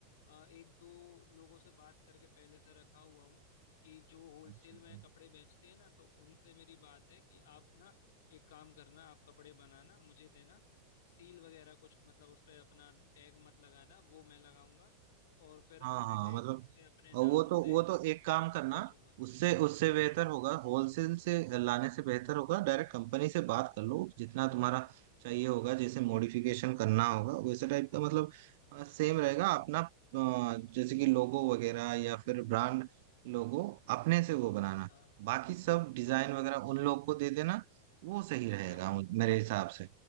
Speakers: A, on the left (about 70°); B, on the right (about 60°).
A: अ, एक दो लोगों से बात करके पहले से रखा हुआ हूँ कि जो होलसेल
B: अच्छा अच्छा
A: में कपड़े बेचते हैं ना तो उनसे मेरी बात है कि आप ना एक काम करना आप कपड़े बनाना मुझे देना सील वगैरह कुछ मतलब उस पर अपना टैग मत लगाना वो मैं लगाऊंगा और फिर
B: हाँ
A: अपने
B: हाँ
A: टैग
B: मतलब
A: से अपने
B: और
A: नाम
B: वो तो
A: से
B: वो तो एक काम करना
A: बेचूंगा
B: उससे उससे बेहतर
A: हम्म
B: होगा होलसेल से लाने से बेहतर होगा डायरेक्ट कंपनी से बात कर लो जितना तुम्हारा चाहिए होगा जैसे मॉडिफिकेशन करना होगा वैसे टाइप का मतलब सेम रहेगा अपना अ, जैसे कि लोगो वगैरह या फिर ब्रांड लोगो अपने से वो बनाना
A: हाँ
B: बाकी सब डिजाइन
A: अच्छा
B: वगैरह उन लोग को दे देना वो सही रहेगा
A: हाँ हाँ
B: मु- मेरे हिसाब से